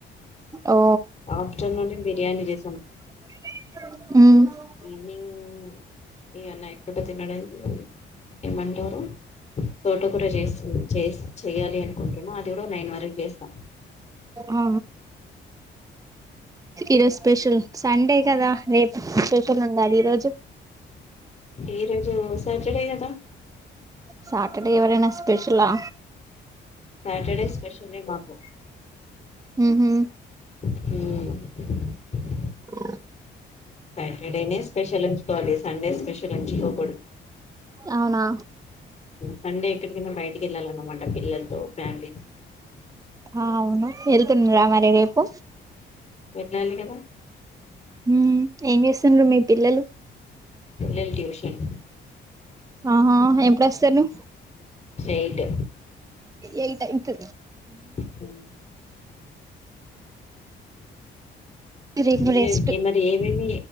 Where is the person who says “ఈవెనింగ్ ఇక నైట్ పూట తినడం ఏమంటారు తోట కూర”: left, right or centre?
Left